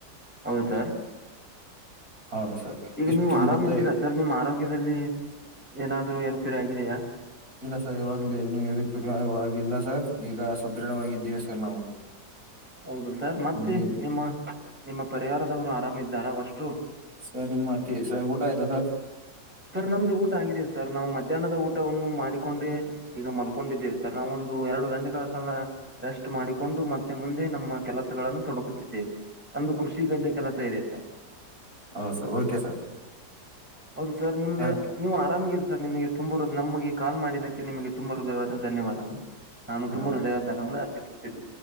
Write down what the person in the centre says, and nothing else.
ಹೌದು ಸರ್
ಈಗ
ನೀವು್ ಆರಾಮ್
ಇದ್ದೀರಾ ಸರ್ ನಿಮ್ಮ್ ಆರೋಗ್ಯದಲ್ಲಿ ಏನಾದ್ರು ಏರುಪೇರು ಆಗಿದೆಯಾ.
ಹೌದು ಸರ್ ಮತ್ತೆ
ನಿಮ್ಮ ನಿಮ್ಮ ಪರಿವಾರದವ್ರು ಆರಾಮ್ ಇದ್ದರ್ ವಷ್ಟುರು.
ಸರ್ ನಮ್ದು ಊಟ ಆಗಿದೆ ಸರ್ ನಾವು ಮಧ್ಯಾಹ್ನದ ಊಟವನ್ನು ಮಾಡಿಕೊಂಡೆ. ಈಗ ಮಲ್ಕೊಂಡಿದ್ದೇವೆ ಸರ್ ನಾವೊಂದು ಎರಡು ಗಂಟೆಗಳ ಕಾಲ. ರೆಸ್ಟ್ ಮಾಡಿಕೊಂಡು ಮತ್ತೆ ಮುಂದೆ ನಮ್ಮ ಕೆಲಸಗಳನ್ನು ತೊಡಕುತ್ತಿದ್ದೇವೆ. ನಮ್ದು ಕೃಷಿ ಗದ್ದೆ ಕೆಲಸ ಇದೆ ಸರ್.
ಹೌದು ಸರ್ ನಿಮ್ದ.
ನೀವು ಆರಾಮಗಿರಿ ಸರ್ ನಿಮಗೆ ತುಂಬ ನಮಗೆ ಕಾಲ್ ಮಾಡಿದಕ್ಕೆ ನಿಮಗೆ ತುಂಬ ಹೃದಯವಾದ ಧನ್ಯವಾದಗಳು. ನಾನು
ತುಂಬರು ಧನ್ಯವಾದನಗಳು ಅರ್ಪಿಸುತ್ತಿದೆ.